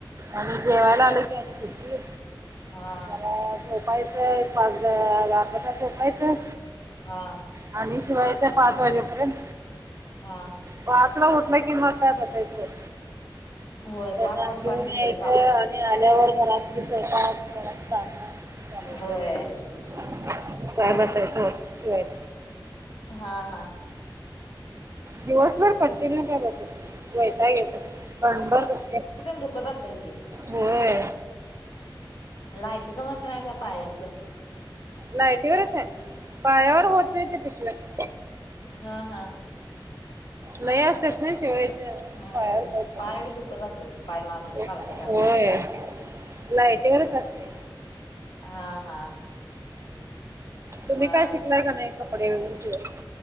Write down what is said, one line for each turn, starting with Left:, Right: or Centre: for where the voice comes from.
Right: आणि जेवायला आलो की आणि सुट्टीला
Left: हा
Right: जरा <unintelligible> झोपायचं <unintelligible> गता झोपायचं
Left: हा
Right: आणि शिवायचय पाच वाजेपर्यंत
Left: हा हा
Right: पाचला उठला कि नाय बसायचं होत
Left: व्हय
Right: तर
Left: पाच वाजता
Right: घेऊन
Left: आणि
Right: यायचं
Left: दुसरी कामच असत्यात
Right: आणि आल्यावर
Left: नाय
Right: घरातील स्वयंपाक घरात काम चालू होतात.
Left: होय
Right: काय बसायचं होत नाही शिवायच
Left: हा हा
Right: दिवसभर कन्टिन्यू नाही बसायच वैताग येतो कंबर दुखते.
Left: क <unintelligible> दुःखत असल की?
Right: व्हय
Left: लाईटचं मशीनय का पायातलं?
Right: लायटीवरच आहे पायावर होत नाही त्याच्याशिवाय
Left: हा हा
Right: लय असतेत ना शिवायचे
Left: होय
Right: पायावर काय
Left: पाय बी दुखत असेल पाय मारून सारखं
Right: <unintelligible>
Left: सारखं
Right: होय नाही तिकडंच असते
Left: हा हा
Right: तुम्ही
Left: मग
Right: काय शिकलाय का नाही कपडे वगैरे शिकवायचं?